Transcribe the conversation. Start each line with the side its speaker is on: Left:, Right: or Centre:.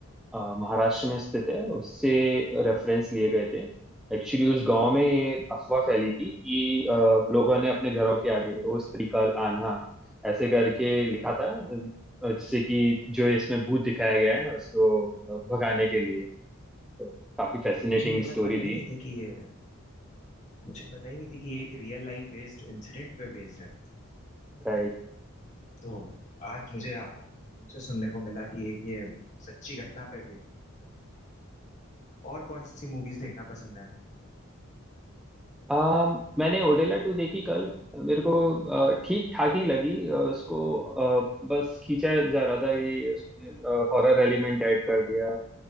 Centre: अ, महाराष्ट्र में स्थित है उससे रेफरेंस लिए गए थे एक्चुअली उस गांव में ये अफवाह फैली थी कि अ, लोगों ने अपने घरों के आगे ओ स्त्री का आन्हा ऐसे करके लिखा था अ, जिससे कि जो इसमें भूत दिखाया गया है उसको अ, भगाने के लिए तो काफी फैसिनेटिंग
Left: मुझे ये
Centre: स्टोरी
Left: बात पता
Centre: थी
Left: ही नहीं थी कि ये मुझे पता ही नहीं थी कि ये एक रियल लाइफ बेस्ड इंसिडेंट पे बेस्ड है
Centre: राइट
Left: तो आज मुझे तुमसे सुनने को मिला कि एक ये सच्ची घटना पे और कौन सी मूवीज देखना पसंद है
Centre: अम, मैंने ओडेला टू देखी कल मेरे को ठीक ठाक ही लगी अ, उसको अ, बस खींचा जा रहा था कि उसमें हॉरर एलिमेंट ऐड कर दिया